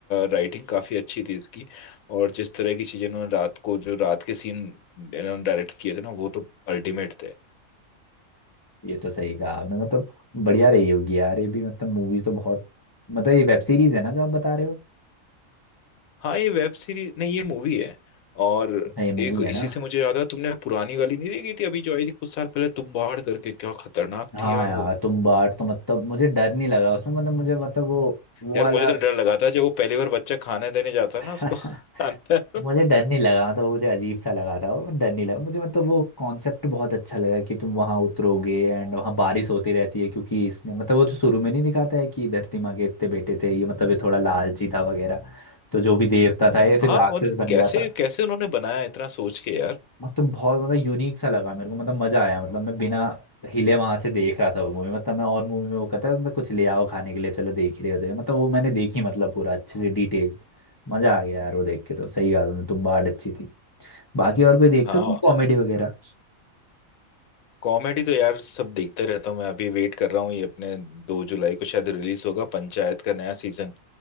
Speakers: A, on the left; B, on the left.
A: राइटिंग काफी अच्छी थी इसकी और जिस तरह की चीजें इन्होंने रात को जो रात के सीन इन्होंने डायरेक्ट किए थे ना वो तो अल्टीमेट थे
B: ये तो सही कहा आपने मतलब बढ़िया रही होगी यार ये भी मतलब मूवीज तो बहुत मतलब ये वेब सीरीज है ना जो आप बता रहे हो
A: हाँ ये वेब सीरीज नहीं ये मूवी है और
B: हाँ, ये
A: एक
B: मूवी है
A: इसी
B: ना
A: से मुझे याद आया तुमने पुरानी वाली नहीं देखी थी अभी जो आई थी कुछ साल पहले तुम बाढ़ करके क्या खतरनाक
B: हाँ
A: थी यार
B: यार
A: वो
B: तुम बाट तो मतलब मुझे डर नहीं लगा उसमें मतलब मुझे मतलब वो वो
A: यार
B: वाला
A: मुझे तो डर लगा था जब वो पहली बार बच्चा खाने देने जाता है
B: <laughs>
A: ना उसको <laughs> अंदर
B: मुझे डर नहीं लगा मतलब मुझे अजीब सा लगा था वो डर नहीं लगा मुझे मतलब वो कॉन्सेप्ट बहुत अच्छा लगा कि तुम वहां उतरोगे एंड वहां बारिश होती रहती है क्योंकि इसने मतलब वो तो शुरू में नहीं दिखाता है कि धरती माँ के इतने बेटे थे ये मतलब ये थोड़ा लालची था वगैरह तो जो भी देवता था ये
A: हाँ
B: फिर राक्षस
A: मतलब
B: बन
A: कैसे
B: गया था
A: कैसे उन्होंने बनाया इतना सोच के यार
B: मतलब बहुत मतलब यूनिक सा लगा मेरे को मतलब मजा आया मतलब मैं बिना हिले वहां से देख रहा था वो मूवी मतलब मैं और मूवी में वो कहता है मतलब कुछ ले आओ खाने के लिए चलो देख ही रहे होते हैं मतलब वो मैंने देखी मतलब पूरा अच्छे से डिटेल मजा आ गया यार वो देख के तो सही कहा तुमने तुम बात अच्छी थी बाकी और कोई देखते
A: हाँ
B: हो तुम कॉमेडी वगैरह
A: कॉमेडी तो यार सब देखते रहता हूँ मैं अभी वेट कर रहा हूँ ये अपने दो जुलाई को शायद रिलीज होगा पंचायत का नया सीजन